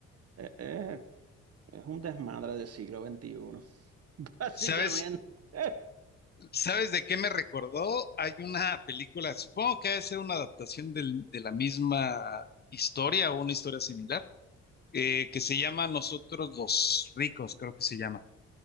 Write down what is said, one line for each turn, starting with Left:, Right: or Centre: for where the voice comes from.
Right: eh, eh, es un desmadre del siglo veintiuno <laughs> básicamente.
Left: ¿Sabes,
Right: <laughs>
Left: sabes de qué me recordó? Hay una película, supongo que ha de ser una adaptación del- de la misma historia o una historia similar, eh, que se llama Nosotros los Ricos, creo que se llama,